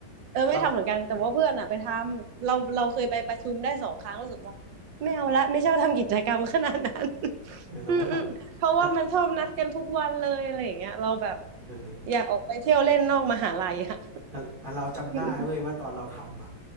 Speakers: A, on the right (about 70°); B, on the right (about 25°).
A: เออไม่ทำเหมือนกันแต่ว่าเพื่อนอ่ะไปทำเราเราเคยไปประชุมได้สองครั้งรู้สึกว่า
B: เรา
A: ไม่เอาละไม่ชอบทำกิจกรรมขนาดนั้น <laughs>
B: เออเราไม่ทำแต่
A: อืมอืมเพราะว่ามันชอบนัดกันทุกวันเลยอะไรอย่างเงี้ยเราแบบ
B: เออ
A: อยากออกไปเที่ยวเล่นนอกมหาลัยอะ
B: แต่แต่เราจำได้เว้ยว่าตอนเราทำอ่ะ
A: <laughs> อืม